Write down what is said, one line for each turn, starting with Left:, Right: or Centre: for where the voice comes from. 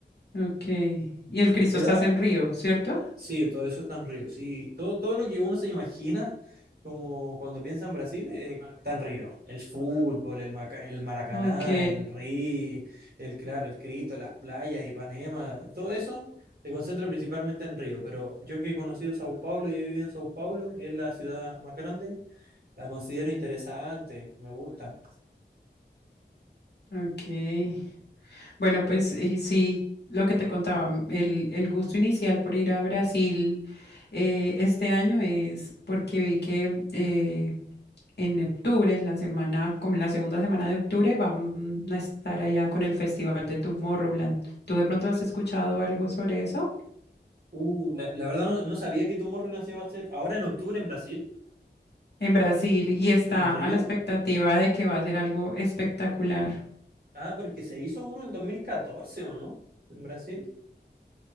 Left: Ok, y el Cristo
Right: Queda,
Left: está en Río, ¿cierto?
Right: sí, todo eso está en Río, sí, todo, todo lo que uno se imagina como cuando piensa en Brasil eh, está en Río. El fútbol, el, Maca- el Maracaná,
Left: Ok,
Right: el Río, el Claro, el Cristo, las playas, Ipanema, todo eso se concentra principalmente en Río, pero yo que he conocido Sao Paulo y he vivido en Sao Paulo, que es la ciudad más grande. La considero interesante, me gusta.
Left: ok. Bueno, pues eh, sí, lo que te contaba, m- el, el gusto inicial por ir a Brasil eh, este año es porque vi que mm, eh, en octubre, en la semana, como en la segunda semana de octubre, van a estar allá con el Festival de Tomorrowland. ¿Tú de pronto has escuchado algo sobre eso?
Right: Uh, la, la verdad no, no sabía que Tomorrowland se iba a hacer ahora en octubre en Brasil,
Left: En Brasil y está
Right: en Río.
Left: a la expectativa de que va a ser algo espectacular.
Right: Ah, porque se hizo uno en 2014, ¿o no? En Brasil.